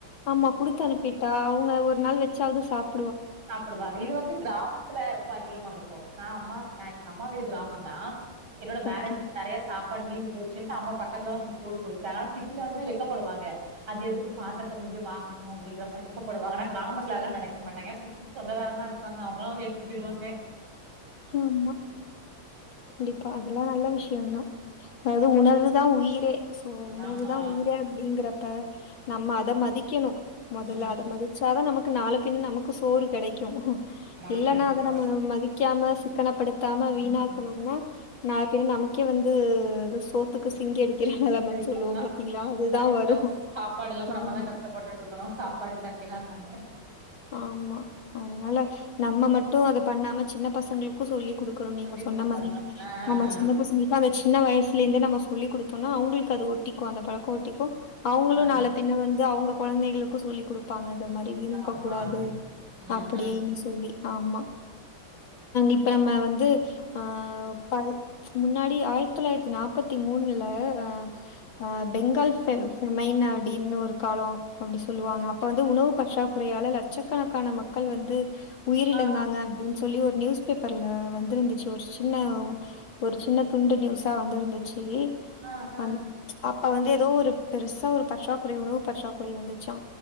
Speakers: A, on the left; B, on the right.
A: நம்ம குடுத் அனுப்பிட்டா அவுங்க ஒரு நாள் வெச்சாவது சாப்
B: பிடுவாங்க இது வந்து கிராமத்துல ரொம்ப அதிகமா இருக்கு நா அம்மா நா எங்கம்மா வீடு கிராமம் தா என்னோட மேரேஜ்
A: ஓகே.
B: நெறைய சாப் பாடு மீந்து போச்சுட்டு அம்மா பக்கத்துலல்லா கூப்ட்டு குடுத்தா சிட்டில வந்து வெக்கப்படுவாங்க அது எதுக்கு பாத்தரத்த கொண்டு போயி வாங்கணு அப்டிங்கிற மாரி வெக்கப்படுவாங்க ஆனா கிராமத்துல எல்லா நெனைக்க மாட்டாங்க சொந்தகாரங்கலா இருப்பாங்க அவுங்கலா வந்து எடுத்துட் போய்ருவாங்க
A: ஆமா கண்டிப்பா அதெல்லா நல்ல விஷ்யந்தா அது உணவு தா உயிரே சோ உணவு
B: ஆமா
A: தா உயிரே அப்டிங்கறப்ப நம்ம அத மதிக்கனு மொதல்ல
B: ம்
A: அத மதி வேச்சாதா நமக்கு நாளா பிண்ண நமக்கு சோறு கிடைக்கு
B: ஆமா
A: இல்லேன்னா
B: கண்டிப்பா
A: அத நம்ம மதிக் வைக்காம சிக்கனப்படுத்தாம வீணாக்கணும்னா
B: ஆமா
A: நால பிண்ண நமக் கே வந்து அது சோத்துக்கு சிங்கி அடிக்கிற நிலமைன்னு
B: கரெக்ட்டுதா
A: சொல்லுவோ பாத்தீங்களா அதுதா
B: கடைசில
A: வரு
B: சாப்பாடு இல்லாம நம்ம
A: ஆமா
B: தா கஷ்டப்பட்டுட்டு இருக்கணு சாப்பாடு தண்ணிலா இல்லாம
A: ஆமா அதனால நம்ம மட்டு அத பண்ணாம சின்ன பசங்களுக்கு சொல்லி குடுக்கணு
B: சொல்லி
A: நீங்க சொன்ன
B: குடுக்கணு
A: மாரி
B: ஆ
A: ஆமா நம்ம சின்ன பசங்களுக்கு அத சின்ன வயசுல இருந்தே நம்ம சொல்லி குடுத்தோம்ன்னா அவங்களுக்கு அது ஒட்டிக்கு அந்த பழக்க ஒட்டிக்கு அவுங்களு
B: ஆ
A: நால பிண்ண வந்து அவுங்க குழந்தைகளுக்கு சொல்லி குடுப்பாங்க இந்த மாரி வீணாக்க
B: ஆமா
A: கூடாது
B: ம்
A: அப்டின்னு
B: ம்
A: சொல்லி ஆமா இப்ப நம்ம வந்து ஆ பல் முன்னாடி ஆயிரத்தி தொள்ளாயிரத்தி நாப்பத்தி மூணுல அ ஆ பெங்கால் ஃபெமைன்அடின்னு ஒரு கால அப்டி சொல்லுவாங்க அப்ப வந்து உணவு கஷ் றா குறையால லட்சக்கணக்கான மக்கள் வந்து உயிர் இழந்தாங்க
B: ஆ
A: அப்டினு சொல்லி ஒரு நியூஸ் பேப்பர்ல வந்திருந்துச்சு ஒரு சின்ன ஒரு சின்ன துண்டு நியூஸா வந்திருந்துச்சு
B: ஆ ஆ
A: அ அப்ப வந்து ஏதோ ஒரு பெருசா ஒரு பற்றாக்குறை உணவு பற்றாக்குறை வந்துச்சா